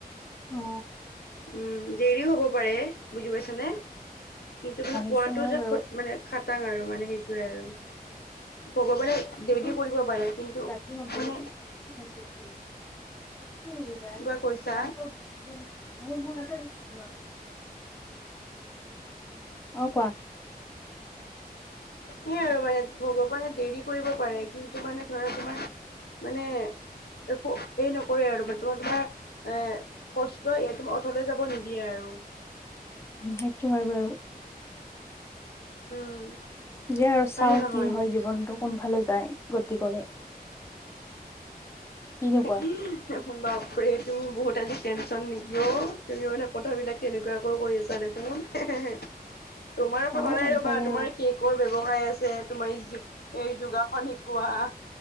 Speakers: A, on the left (about 15°); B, on the left (about 80°).
A: অ
B: উম দেৰিও হ'ব পাৰে বুজি পাইছা নে? কিন্তু মানে পোৱাটো
A: সেইটো হয়
B: যে
A: বাৰু
B: খ মানে খাটাং আৰু মানে সেই টোৱে আৰু ভগৱানে দেৰি
A: উম
B: কৰিব পাৰে কিন্তু
A: <unintelligible>
B: মানে
A: <unintelligible>
B: কিবা কৈছা
A: অঁ কোৱা?
B: সেইয়াই আৰু মানে ভগৱানে দেৰি কৰিব পাৰে কিন্তু মানে ধৰা তোমাৰ মানে একো এই নকৰে আৰু মানে তোমাৰ ধৰা এ কষ্ট এইটো অথলে যাব নিদিয়ে আৰু।
A: সেইটো হয় বাৰু।
B: উম।
A: দিয়া আৰু চাওঁ
B: হয়নে নহয়
A: কি হয় জীৱনটো কোনফালে যায় গতি কৰে। কিনো কোৱা
B: হিহিহি বাপৰে তুমি বহুত আজি টেনচন নেকি ঔ? তুমি মানে কথাবিলাক তেনেকুৱাকৈ কৈ আছা দেখোন। হেহেহে
A: <unintelligible>
B: তোমাৰ কঁপালে
A: অ টেনচনে
B: ৰবা তোমাৰ কেকৰ ব্যৱসায় আছে তোমাৰ যোগাসন শিকোৱা